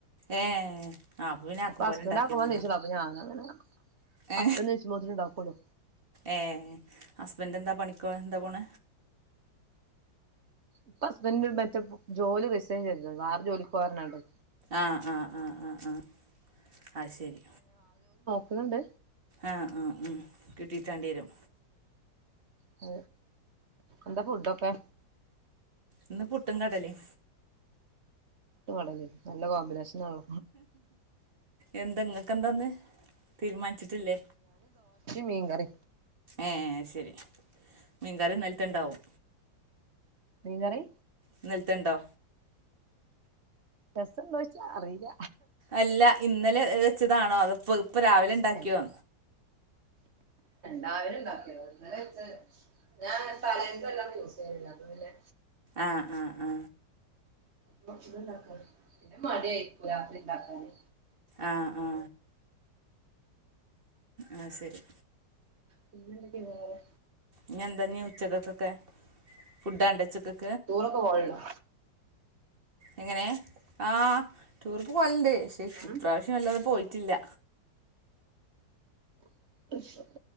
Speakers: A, on the right; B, on the right.
A: ഏ ആപ്പവിനെ ആക്കും പോലെ
B: ഹസ്ബൻഡ്
A: ഇണ്ടാക്കിയ
B: ആക്കം പോലെ
A: അത്
B: നീച്ചോളും അപ്പൊ ഞാനങ്ങനെ
A: ഏ
B: ഹസ്ബൻഡ് നീച്ചുമ്പോത്തിന് ഉണ്ടാക്കുള്ളൂ
A: ഏ ഹസ്ബൻഡ എന്താ പണിക്ക എന്താ പോണ
B: ഇപ്പ ഹസ്ബൻഡ പറ്റ ജോലി റിസൈൻ ചെയ്ത വേറെ ജോലി പോകാട്ടോ
A: ആഹ് ആഹ് ആഹ് ആഹ് ആഹ അ ശരി
B: അണ്ട്
A: ആഹ് ആഹ ഉ കിട്ടിയിട്ടാണ്ടി വരും
B: ഹ് എന്താ ഫുഡൊക്കെ
A: ഇന്ന് പുട്ടും കടലയും
B: കട നല്ല കോമ്പിനേഷനള്ള
A: എന്തങ്ങക്കെന്താന്ന് തീരുമാനിച്ചിട്ടില്ലേ
B: മീൻ കറി
A: ഏ ശരി മീൻകറി ഇന്നലെത്തുണ്ടാവും
B: മീൻ കറി
A: ഇന്നലത്തെയുണ്ടോ
B: രസമുണ്ടോ വെച്ചാ അറിയില്ല
A: അല്ല ഇന്നലെ വെച്ചതാണോ അതപ്പോ ഇപ്പൊ രാവിലെ ഉണ്ടാക്കിയോ
B: ഏഹ് രാവിലെ ഉണ്ടാക്കിയതാ ഇന്നലെ വെച്ച ഞാൻ തലേന്നന്തെല്ലാം യൂസ് ചെയ്യലില് അത് പിന്നെ
A: ആഹ് അ അ
B: പിന്നെ മടി ആയിരിക്കുംരാത്രി ഉണ്ടാക്കാന്
A: ആ ആ ആ ശരി
B: പിന്നെ എന്തൊക്കെയ വേറെ
A: ഇനി എന്താ ഉച്ചക്കൊക്കെ ഫുഡാവണ്ടെ ഉച്ചക്കെ
B: ടുറെക്കെ പോവലുണ്ടോ
A: എങ്ങനെ ആഹ് ടൂറിന് പോകലുണ്ട് പക്ഷെ ഇപ്രാവശ്യം
B: ഉം
A: അല്ലാതെ പോയി ട്ടില്ല
B: <unintelligible>